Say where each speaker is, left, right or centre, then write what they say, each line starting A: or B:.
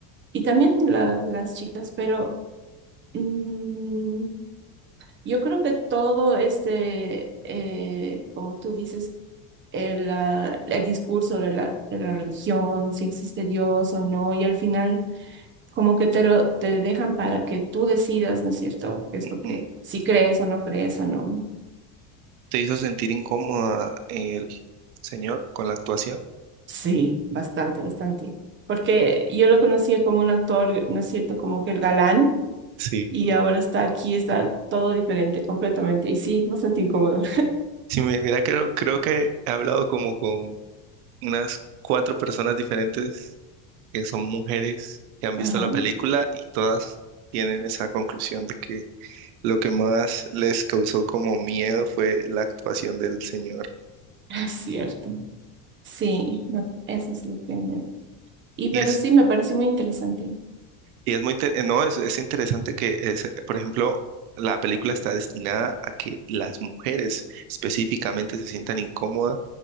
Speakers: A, on the right; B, on the right.
A: Y también la- las chicas, pero... mm, yo creo que todo este, eh, como tú dices, el, ah, el discurso de la, de la religión, si existe Dios o no, y al final como que te lo, te dejan para que tú decidas, ¿no es cierto? Que es
B: ujú.
A: lo que, si crees o no crees o no.
B: ¿Te hizo sentir incómoda el señor con la actuación?
A: Sí, bastante, bastante. Porque yo lo conocía como un actor, ¿no es cierto? Como que el galán,
B: Sí.
A: y ahora está aquí, está todo diferente completamente, y sí, bastante incómodo.
B: Sí, mi- mira, creo, creo que he hablado como con unas cuatro personas diferentes que son mujeres que han visto
A: <laughs> Ajá,
B: la película y todas tienen esa conclusión de que lo que más les causó como miedo fue la actuación del señor.
A: es cierto. Sí, me- eso es lo que me... Y pero
B: Y es,
A: sí, me parece muy interesante.
B: y es muy, inte- eh, no, es, es interesante que, es, por ejemplo, la película está destinada a que las mujeres específicamente se sientan incómodas